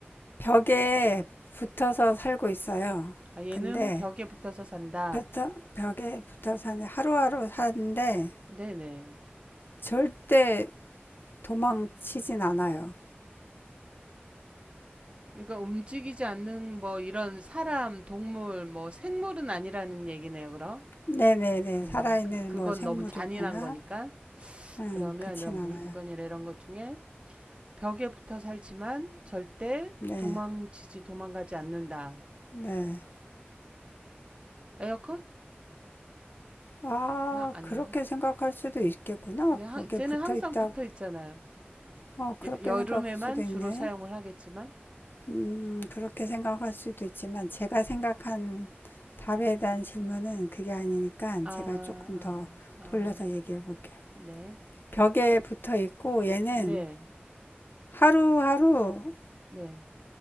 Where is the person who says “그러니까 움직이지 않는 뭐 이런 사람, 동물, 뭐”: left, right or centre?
Right